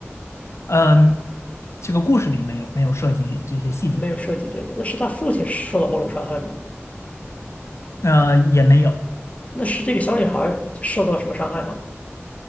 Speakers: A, on the left (about 75°); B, on the left (about 30°).
A: 嗯、这个故事里没有没有涉及这些细节，
B: 没有涉及这个，那是他父亲受到某种伤害吗？
A: 呃，也没有，
B: 那是这个小女孩受到了什么伤害吗？